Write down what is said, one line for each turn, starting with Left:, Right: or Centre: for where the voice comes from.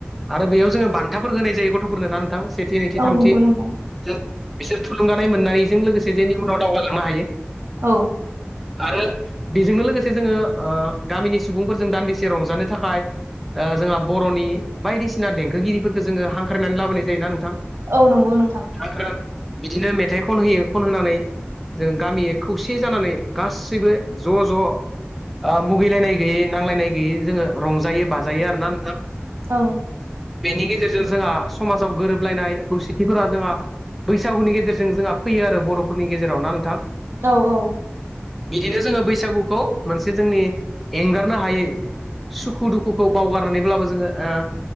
Centre: आरो बेयाव जोङो बान्थाफोर होनाय जायो। गथ'फोरनो ना नोंथां। सेथि नैथि
Right: औ
Centre: थामथि
Right: नंगौ नोंथां
Centre: जों बिसोर थुलुंगानाय मोननायजों लोगोसे जेनि उनाव दावगालांनो हायो।
Right: औ
Centre: आरो बेजोंनो लोगोसे जोङो ओ गामिनि सुबुंफोरजों दान्दिसे रंजानो थाखाय जोंहा बर'नि बायदिसिना देंखोगिरिफोरखौ जोङो हांख्रायनानै लाबोनाय जायोना नोंथां।
Right: औ नंगौ नोंथां।
Centre: हांक्राय बिदिनो मेथाइ खन होयो खन होनानै जों गामिय खौसे जानानै गासैबो ज' ज' ओ मुगैलायनाय गैयै नांलायनाय गैयै जोङो रंजायो बाजायो आरोना नोंथां।
Right: औ
Centre: बेनि गेजेरजों जोंहा समाजाव गोरोबलायनाय खौसेथिफोरा जोंहा बैसागुनि गेजेरजों जोंहा फैयो आरो बर'फोरनि गेजेराव ना नोंथां।
Right: औ औ
Centre: बिदिनो जोङो बैसागुखौ मोनसे जोंनि एंगारनो हायै सुखु दुखुखौ बावगारनानैब्लाबो जों जोङो ओ